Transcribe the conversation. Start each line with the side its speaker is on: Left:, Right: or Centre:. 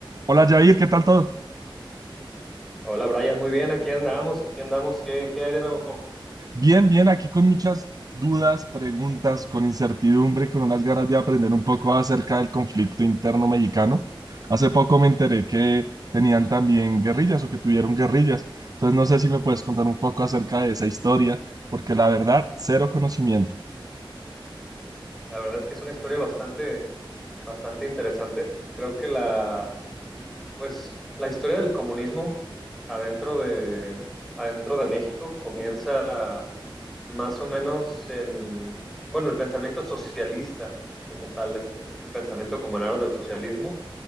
Right: Hola Jair, ¿qué tal todo?
Centre: Hola Brian, muy bien, aquí andamos, aquí andamos, ¿qué, qué hay de nuevo?
Right: Bien, bien, aquí con muchas dudas, preguntas, con incertidumbre, con unas ganas de aprender un poco acerca del conflicto interno mexicano. Hace poco me enteré que tenían también guerrillas o que tuvieron guerrillas. Entonces no sé si me puedes contar un poco acerca de esa historia, porque la verdad, cero conocimiento.
Centre: La verdad es que es una historia bastante, bastante interesante. Creo que la, pues, la historia del comunismo adentro de, adentro de México comienza más o menos en, bueno, el pensamiento socialista como tal, este, este pensamiento como en aras del socialismo